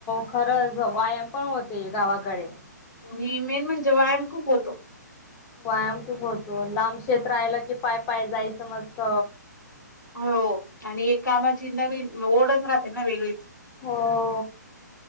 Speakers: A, on the left; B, on the left.
A: खरंच व्यायाम पण होते गावाकडे,
B: आणि मेन म्हणजे व्यायाम खूप होतो
A: व्यायाम खूप होतो लांब कषेत राहाला की पाय पाय जायचं मस्त.
B: हो आणि एक कामाची नवीन ओढच राहते ना वेगळीच
A: हो